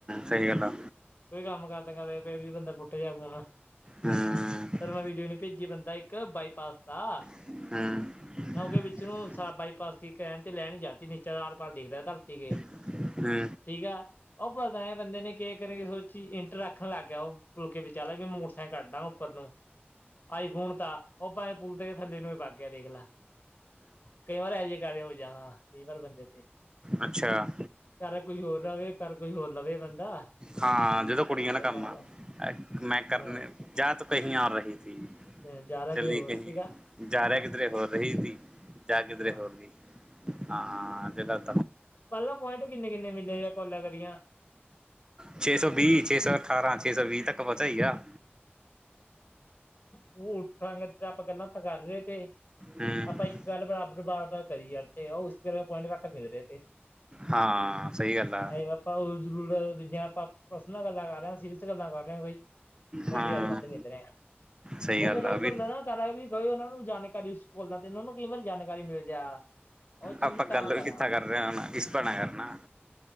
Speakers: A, on the right; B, on the left.
A: ਸਹੀ ਗੱਲ ਐ,
B: ਕੋਈ ਕੰਮ ਕਰਦੇ ਕਰਦੇ ਪ ਵੀ ਬੰਦਾ ਪੁੱਟ ਜੇ ਫੋਨ ਫ
A: ਹੂੰ-ਹੂੰ-ਹੂੰ-ਹੂੰ-ਹੂੰ
B: ਮੈਂ ਵੀਡੀਓ ਨੀ ਭੇਜੀ ਬੰਦਾ ਇੱਕ ਇੱਕ ਬਾਈਪਾਸ ਦਾ
A: ਹੂੰ,
B: ਉਹਦੇ ਵਿੱਚ ਨੂੰ ਬਾਈਪਾਸ ਕੀ ਰਹਿਣ ਤੇ ਲੈ ਨੀ ਜਾਤੀ ਨੀਚਾ ਆਰ ਪਾਰ ਦੇਖਦਾ ਧਰਤੀ ਕੇ
A: ਹੂੰ,
B: ਠੀਕ ਆ ਉਹ ਪਤਾ ਐ ਬੰਦੇ ਨੇ, ਸੋਚੀ ਇੰਟਰ ਰੱਖਣ ਲੱਗ ਗਿਆ ਉਹ ਪੁਲ ਕੇ ਵਿਚਾਲਾ ਵੀ ਮੋਟਰਸਾਈਕਲ ਕੱਢਣਾ ਉੱਪਰ ਨੂੰ ਆਈਫੋਨ ਤਾਂ ਉਹ ਭਾਵੇਂ ਪੁੁਲਦੇ ਕੇ ਥੱਲੇ ਨੂੰ ਵੀ ਪਾ, ਦੇਖ ਲਾ ਕਈ ਵਾਰ ਇਹ ਜਿਹੇ ਕਰਹੇ ਹੋ ਜਾ ਹਾਂ, ਇਹ ਵਾਰ ਬਣਦੇ ਤੇ,
A: ਅੱਛਾ
B: ਸਾਰਾ ਕੁਝ ਹੋਰ ਰਵੇ ਪਰ, ਕੋਈ ਹੋਰ ਲਵੇ ਬੰਦਾ,
A: ਹਾਂ ਜਦੋਂ
B: ਉਤਰਾਂ
A: ਕੁੜੀਆਂ ਦਾ ਕੰਮ
B: ਸਾਰਾ
A: ਆ ਮੈਂ ਕਰਨੇ
B: ਹਾਂ
A: ਜਾ ਤ ਕਹੀ ਆ ਰਹੀ ਸੀ,
B: ਜ਼ਿਆਦਾ
A: ਚੱਲੀ
B: ਕਿਤੇ ਹੋਰ
A: ਕਹੀ
B: ਸੀਗਾ
A: ਜਾ
B: ਹਾਂ
A: ਰਿਹਾ, ਕਿਧਰੇ ਹੋਰ ਰਹੀ ਸੀ, ਜਾ ਕਿਧਰੇ
B: ਹਾਂ
A: ਹੋਰ ਰਹੀ। ਹਾਂਾਂ <unintelligible>
B: ਪਹਿਲਾਂ ਪੁਆਇੰਟ ਕਿੰਨੇ ਕਿੰਨੇ ਮਿਲੇ ਕੋਲਾ ਕਰੀਆਂ
A: ਛੇ ਸੌ ਵੀਹ, ਛੇ ਸੌ ਅਠਾਰਾਂ, ਛੇ ਸੌ ਵੀਹ ਤੱਕ ਪਹੁੰਚਾਈ ਆ।
B: ੂੰਗ <unintelligible> ਤੇ ਆਪਾਂ ਗੱਲਾਂ ਥਾਂ ਕਰ ਰਹੇ ਤੇ
A: ਹੂੰ
B: ਆਪਾਂ ਇੱਕ ਗੱਲ ਬਰਾਬਰ ਬਾਰ ਬਾਰ ਕਰੀ ਯਾਰ ਤੇ ਓ ਇਸ ਕਰਕੇ ਪੁਆਇੰਟ ਘਟ ਮਿਲ ਰ ਤੇ
A: ਹਾਂ ਸਹੀ ਗੱਲ ਆ
B: ਅ ਆਪਾ ਉਲ ਜ਼ਲਾਲੁ ਜੇ ਆਪਾਂ ਪਰਸਨਲ ਗੱਲਾਂ ਕਰ ਰਹੇ ਹ ਗੱਲਾਂ ਕਰ ਰੇਆ ਕੋਈ।
A: ਹਾਂ
B: ਇੰਡੀਆ ਦੇ ਵੱਧ ਨਿੰਦ ਰਹੇ ਆ <unintelligible>
A: ਸਹੀ
B: ਉਹ ਫੇ
A: ਆ
B: ਉਹ
A: ਵੀ
B: ਗੱਲ ਨਾ ਕਰਦਾ ਵੀ ਗਏ ਉਹ ਜਾਣਕਾਰੀ ਉਸ ਕੋਲ ਦਾ ਤੇ ਇਹਨਾਂ ਨੂੰ ਕਈ ਵਾਰੀ ਜਾਣਕਾਰੀ ਮਿਲ ਜਾ। ਉਹ ਚੀਜ਼
A: ਆਪਾਂ
B: ਤਾਂ
A: ਗੱਲ
B: ਕਰਾਂ
A: ਵੀ ਕਿੱਥਾਂ ਕਰ ਰਹੇ ਹੁਣ ਇਸ ਪੈਣਾ ਕਰਨਾ।